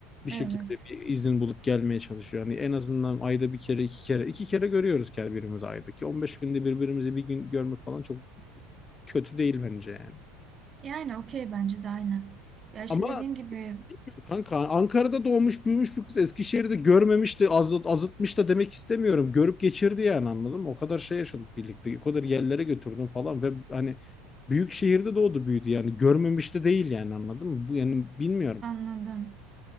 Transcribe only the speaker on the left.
bir
şekilde bir izin bulup gelmeye çalışıyor. Hani en azından ayda bir kere, iki kere. iki kere görüyoruz ki birbirimizi ayda ki. on beş günde birbirimizi bir gün görmek falan çok kötü değil bence yani.
Ama
kanka Ankara'da doğmuş büyümüş bir kız Eskişehir'de görmemiş de azıt, azıtmış da demek istemiyorum. Görüp geçirdi yani anladın mı? O kadar şey yaşadık birlikte. O kadar yerlere götürdüm falan ve hani büyük şehirde doğdu büyüdü yani. Görmemiş de değil yani anladın mı? Bu yani bilmiyorum.